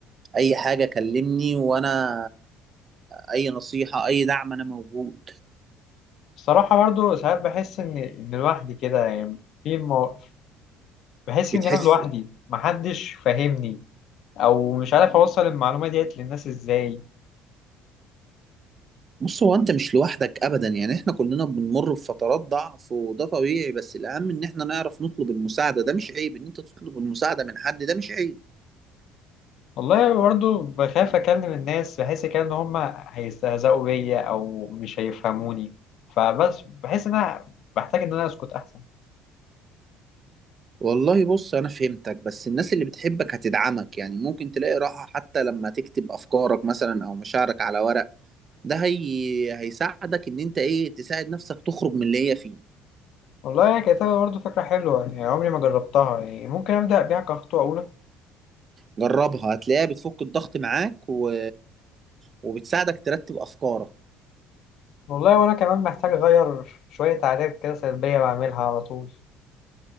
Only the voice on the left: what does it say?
الصراحة برضو ساعات بحس إن إن لوحدي كده يعني في مو... بحس
إن أنا لوحدي محدش فاهمني أو مش عارف أوصل المعلومة ديت للناس إزاي
والله برضو بخاف أكلم الناس بحس كده إن هما هيستهزئوا بيا أو مش هيفهموني فبس بحس إن أنا بحتاج إن أنا أسكت أحسن
والله يا كتابة برضو فكرة حلوة يعني عمري ما جربتها يعني ممكن أبدأ بيها كخطوة أولى
والله وانا كمان محتاج اغير شوية عادات كده سلبية بعملها على طول